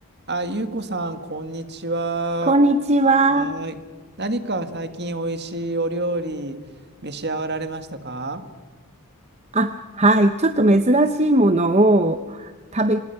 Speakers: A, on the right (about 50°); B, on the right (about 30°).
A: あ、ゆうこさん、こんにちは。
B: こんにちは。
A: はーい。何か最近おいしいお料理召し上がられましたか
B: あ、はい。ちょっと珍しいものを食べ、